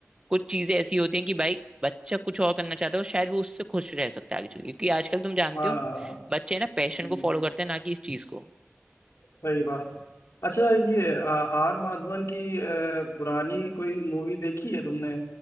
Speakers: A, on the right; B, on the left.
A: कुछ चीजें ऐसी होती हैं कि भाई बच्चा कुछ और करना चाहता है और शायद वो उससे खुश रह सकता है आगे चल के। क्योंकि आजकल तुम जानते
B: हाँ,
A: हो बच्चे है ना पैशन
B: हम्म,
A: को फॉलो करते हैं ना कि इस चीज को
B: सही बात अच्छा ये आ, आर माधवन की अ, पुरानी कोई मूवी देखी है तुमने